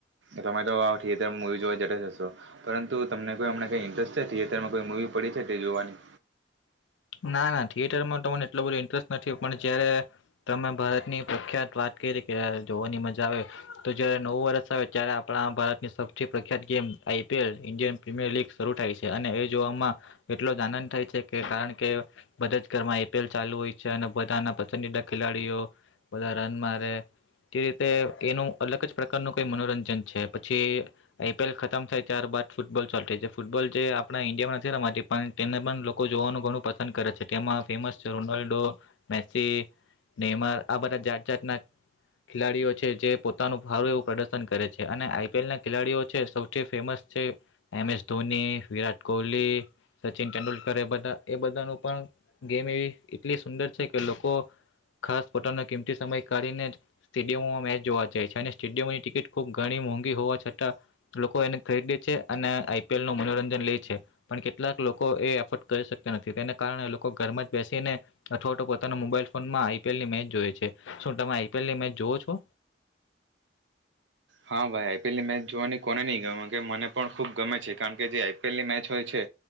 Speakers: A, on the right (about 70°); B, on the left (about 80°).
A: તમે તો થિયેટરમાં મૂવી જોવા જતા જ હશો પરંતુ તમને કોઈમ. કંઈ ઇન્ટરેસ્ટ છે, થિયેટરમાં કોઈ મૂવી પડી છે, તે જોવાની.
B: ના ના થિયેટરમાં તને એટલોું બધો ઇન્ટરેસ્ટ નથી પણ જય્યારે તમે ભારતની પ્રખ્યાત વાત કરી કે્યારે જોવાની મજા આવે તો જ્યારે નવું વર્ષ આવે ત્યારે આપણા ભારતની સૌથી પ્રખ્યાત game IPL Indian Premier League શરૂ થાય છે, અને એ જોવામાં એટલો જ આનંદ થાય છે, કે કારણ કે. કે બધા જ ઘરમાં આઈપીએલ ચાલુ હોય છે, અને બધાના પસંદીદા ખેલાડીઓ બધા રન મારે તે રીતે એનું અલગ જ પ્રકારનું કઈ મનોરંજન છે, પછી આઈપીએલ ખતમ થાય ત્યારબદ ફૂટબોલ ચાલુ થાય છે, ફૂટબોલ જે આપણા ઈન્ડિયામાં નથીમાં પણ તેને પણ લોકો જોવાનું ઘણું પંદ <unintelligible> છે, તેમાં ફેમસ છે, રોનાલ્ડો મેસી <unintelligible> આ બધા જાત જાતના ખેલાડીઓ છે, જે પોતાનું સારું એવું પ્રદર્શન કરે છે, અને આઈપીએલ ના ખેલાડીઓ છે, સૌથી ફેમસ છે, એમ એસ ધોની વિરાટ કોહલી સચિન તેંડુલકર એ બધા એ બધા. પોતા પણ ગેમ એવી એટલી સુંદર છે, કે લોકો ખાસ પોતાનો કિંમતી સમય કાઢીને સ્ટેડિયમમાં મેચ જોવા જાય છે, અને સ્ટેડિયમની ટિકિટ ખૂબ ઘણી મોંઘી હોવા છતાં લોકો એને ખરીદે છે, અને આઈપીએલ નું મનોરંજન લે છે, પણ કેટલાક લોકો એ એફોર્ડ કરી શકતા નથી. તેને કારણે લોકો ઘરમાં બેસીને અથો પોતાના મોબાઈલ ફોનમાં આઈપીએલ ની મેચ જોય છે, શું તમે આઈપીએલની મેચ જોવ છો.
A: હા ભાઈ આઈપીએલની મેચ જોવાની કોને નહીં ગમે કે મને પણ ખૂબ ગમે છે, કારણ કે જે આઈપીએલની મેચ હોય છે